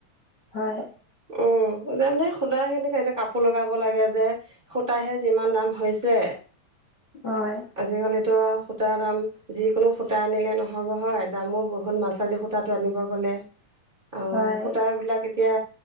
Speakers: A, on the left (about 50°); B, on the right (about 15°).
A: হয়
B: উম তাৰ মানে। সূতা খিনি এ কাপোৰ লগাব লাগে যে সূতাহে যিমান দাম হৈছে।
A: হয়।
B: আজিকালিতো সূতাৰ দাম যিকোনো সূতা আনিলে নহ'ব হয় দামো বহুত মাছ কাজি সূতাটো আনিব গ'লে। আৰু
A: হয়
B: সূত বিলাক এতিয়া